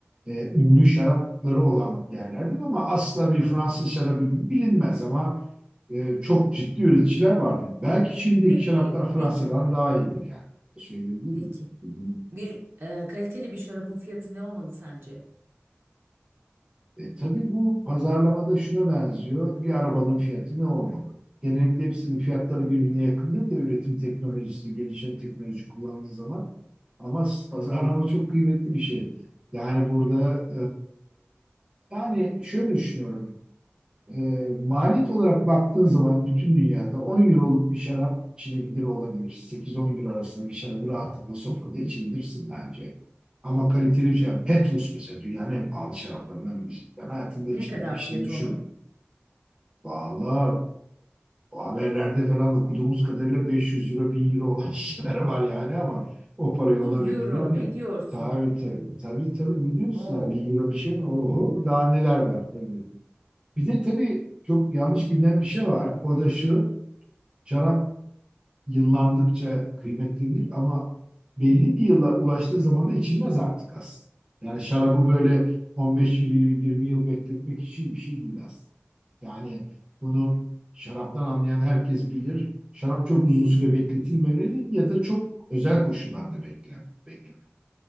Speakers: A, on the right (about 20°); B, on the right (about 60°).
A: e, ünlü şarapları olan yerlerdir ama asla bir Fransız şarabı gibi bilinmez ama e, çok ciddi üreticiler vardır. Belki Çin'deki
B: Peki,
A: şaraplar Fransa'dan
B: peki,
A: daha iyidir yani. Söyleyebilir miyim?
B: peki.
A: Bilmiyorum.
B: Bir e, kaliteli bir şarabın fiyatı ne olmalı sence?
A: E, tabii bu pazarlamada şuna benziyor. Bir arabanın fiyatı ne olmalı? Genellikle hepsinin fiyatları birbirine yakındır da üretim teknolojisi, gelişen teknoloji kullandığı zaman. Ama pazarlama çok kıymetli bir şey. Yani burada e, yani şöyle düşünüyorum. E, maliyet olarak baktığın zaman bütün dünyada 10 euroluk bir şarap içilebilir olabilir. 8-10 euro arasında bir şarabı rahatlıkla sofrada içebilirsin bence. Ama kaliteli bir şarap. Petrus mesela dünyanın en pahalı şaraplarından birisi. Ben hayatımda içmedim
B: Ne kadar
A: hiç
B: fiyatı
A: de düşünmedim.
B: onun?
A: Valla o haberlerde falan okuduğumuz kadarıyla 500 euro 1000 euro olan <laughs> şeyler var
B: bin
A: yani ama o parayı ona verilir
B: euro
A: mi
B: ne
A: ya?
B: diyorsun?
A: Tabii tabii. Tabii tabii. Ne diyorsun
B: Oo.
A: lan? 1000 euro bir şey mi? Oho daha neler var tabii. Bir de tabii çok yanlış bilinen bir şey var. O da şu, şarap yıllandıkça kıymetlidir ama belli bir yıla ulaştığı zaman da içilmez artık aslında. Yani şarabı böyle 15 yıl, 20 yıl bekletmek için bir şey değil aslında. Yani bunu şaraptan anlayan herkes bilir. Şarap çok uzun süre bekletilmemeli ya da çok özel koşullarda beklen, beklen.